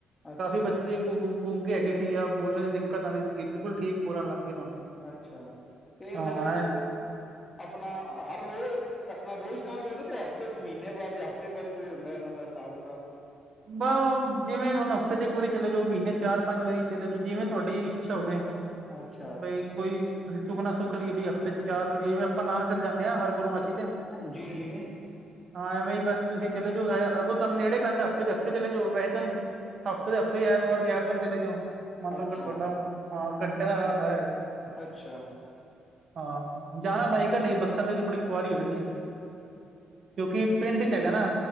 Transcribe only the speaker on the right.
ਕਾਫੀ ਬੱਚੇ ਗੂਗੂ ਗੂੰਗੇ ਹੈਗੇ ਸੀ, ਜਾਂ ਬੋਲਣ ਦੀ ਦਿੱਕਤ ਆਉਂਦੀ ਸੀਗੀ। ਬਿਲਕੁਲ ਠੀਕ ਬੋਲਣ ਲੱਗ ਗਏ ਹੁਣ
ਹਾਂ
ਬ ਜਿਵੇਂ ਹੁਣ ਹਫ਼ਤੇ ਚ ਇੱਕ ਵਾਰੀ ਚਲੇ ਜਾਓ ਮਹੀਨੇ ਚਾਰ ਪੰਜ ਵਾਰੀ। ਚਲੇ ਜੋ ਜਿਵੇਂ ਤੁਹਾਡੀ ਇੱਛਾ ਹੋਵੇ
ਬਈ। ਕੋਈ ਤੁਸੀਂ ਸੁਖ ਨਾ ਸੁੱਖ ਲਈਏ ਬਈ ਹਫ਼ਤੇ ਚਾਰ ਵਾਰੀ। ਜਿਵੇਂ ਆਪਾਂ ਨਾਨਸਰ ਜਾਂਦੇ ਹਾਂ ਹਰਪੁਰਨਮਾਸ਼ੀ ਤੇ,
ਹਾਂ ਐਵੇਂ ਹੀ ਬਸ। ਤੁਸੀਂ ਚਲੇ ਜਾਓ ਅਗੋਂ ਤੁਹਾਨੂੰ ਨੇੜੇ ਪੈਂਦਾ ਹਫ਼ਤੇ ਹਫ਼ਤੇ ਚਲੇ ਜਾਓ, ਵੈਸੇ ਤਾਂ ਹਫ਼ਤੇ ੇ ਐਤਵਾਰ ਦੇ ਐਤਵਾਰ ਚਲੇ ਜਾਓ। ਮੰਨ
ਲਓ ਅਗਰ ਤੁਹਾਡਾ ਹਾਂ ਘੰਟੇ ਦਾ ਰਾਹ ਸਾਰਾ ਹੈਗਾ
ਹਾਂ ਜਾਣਾ ਬਾਈਕਾਂ ਤੇ ਬੱਸਾਂ ਤੇ ਥੋੜ੍ਹੀ ਖੁਆਰੀ ਹੋ ਜਾਂਹਦੀ ਹੈ ਕਿਉਂਕਿ ਪਿੰਡ ਚ ਹੈਗਾ ਨਾ।